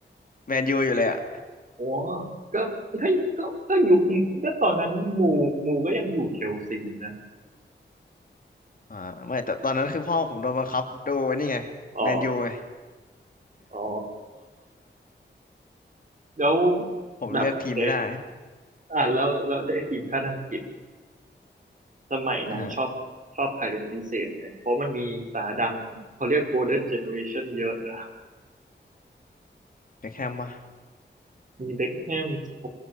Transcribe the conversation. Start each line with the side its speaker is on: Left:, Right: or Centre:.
Left: แมนยูอยู่เลยอ่ะ
Right: โอ้ก็ก็ก็ก็ยุคก็ตอนนั้นหมูหมูก็ยังอยู่เชลซีนะ
Left: อ่าไม่แต่ตอนนั้นคือพ่อผมโดนบังคับดูไอันนี้ไงแมนยูไง
Right: อ๋ออ๋อ แล้ว
Left: <laughs> ผมเลือกทีมไม่ได้
Right: แบบเดอ่าแล้วแล้วได้ทีมชาติอังกฤษสมัยนั้นชอบชอบใครเป็นพิเศษเนี่ยเพราะมันมีสตาร์ดังเขาเรียกโกลเด้นเจเนอเรชันเยอะนะ
Left: <laughs> อ่าฮะเบคแฮมปะ
Right: มีเบ็คแฮมสโค